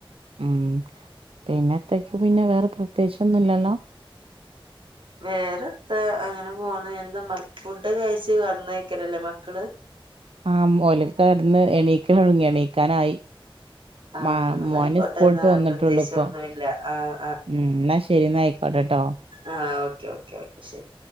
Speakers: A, on the right (about 80°); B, on the right (about 60°).
A: ഉം പിന്നെത്തക്ക് പിന്നെ വേറെ പ്രത്യേകിച്ച് ഒന്നും ഇല്ലല്ലോ?
B: വേറെ എന്താ അങ്ങനെ പോണ്. എന്താ ഫുഡ് കഴിച്ച് കിടന്നാരിക്കലല്ലേ മക്കള്?
A: ആ ഓല് കിടന്ന് എണീക്ക് തുടങ്ങി എണീക്കാനായി.
B: ആഹ്
A: മ
B: എന്നായിക്കോട്ടെ
A: മോന് സ്കൂള്
B: എന്നാ
A: വിട്ട് വന്നിട്ടുള്ളൂ
B: പ്രത്യേകിച്ച്
A: ഇപ്പൊ
B: ഒന്നുമില്ല ആഹ്
A: ഉം എന്നാ ശരി എന്നാ ആയിക്കോട്ടെട്ടോ.
B: ആ ഓക്കെ ഓക്കെ ഓക്കെ ശരി.